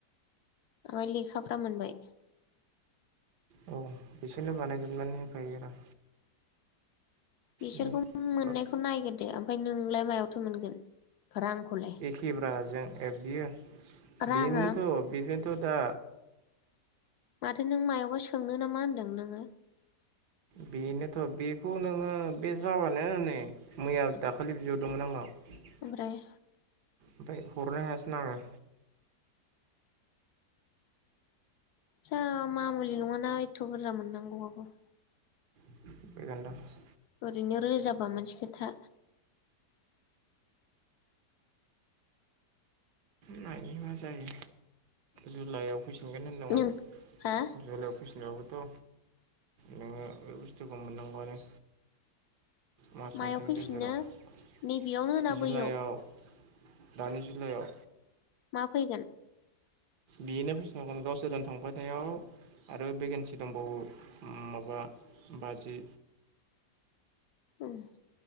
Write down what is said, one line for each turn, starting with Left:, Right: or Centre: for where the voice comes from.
Left: आमफ्राय लेखाफ्रा मोनबाय?
Right: औ। बिसोरनो बानायजोबनानै होखायो रा।
Left: बिसोरखौ
Right: नों
Left: मोननायखौ नायग्रोदो आमफाय नोंलाय मायावथो मोनगोन रांखौलाय?
Right: एखेब्राजों ए बियो
Left: राङा
Right: बेनोथ' बेनोथ' दा
Left: माथो नों मायावबा सोंनो नामा होन्दों नोङो?
Right: बेनोथ' बेखौ नोङो बे जाबानो नै मैया दाखालि बिहरदोंमोन आंनाव।
Left: आमफ्राय?
Right: आमफाय हरनो हायासैना आं
Left: सा मामुलि नङाना एथ' बुरजा मोननांगौवाबो।
Right: <unintelligible>
Left: ओरैनो रोजाबा मोनसे खोथा।
Right: नायनि मा जायो जुलाइआव फैफिनगोन होनदोंमोन
Left: नों हा
Right: जुलाइआव फैफिनबाबोथ' नोङो बै बुस्थुखौ मोननांगौआनो मास
Left: मायाव
Right: मोनसेनि
Left: फैफिननो
Right: गेजेराव
Left: नैबेयावनो ना
Right: जुलाइआव
Left: बैयाव
Right: दानि जुलायाव
Left: मा फैगोन।
Right: बेनो फैफिन बावगोन गावसोरजों थांफानायाव आरो भेकेन्सि दंबावो ओम माबा बाजि
Left: ओम